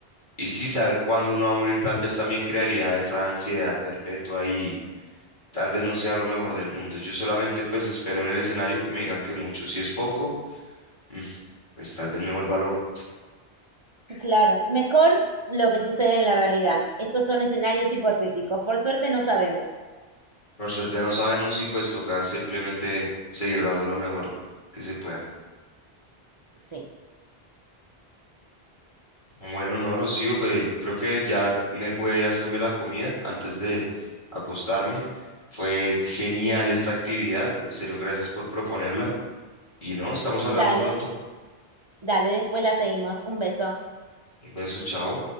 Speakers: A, on the left; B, on the right.
A: y sí saber cuándo uno va a morir tal vez también crearía esa ansiedad perpetua y tal vez no sea lo mejor del mundo. Yo solamente pues espero en el escenario que me digan que mucho, si es poco, mm, pues tal vez me vuelva loco.
B: Claro, mejor lo que sucede en la realidad. Estos son escenarios hipotéticos. Por suerte no sabemos.
A: Por suerte no sabemos y pues toca simplemente seguir dando lo mejor que se pueda.
B: Sí.
A: Bueno, no, Rocío, pues creo que ya me voy a ir a hacerme la comida antes de acostarme. Fue genial esta actividad, en serio, gracias por proponerla. Y no, estamos hablando
B: Dale,
A: pronto.
B: dale, después la seguimos. Un beso.
A: Un beso, chao.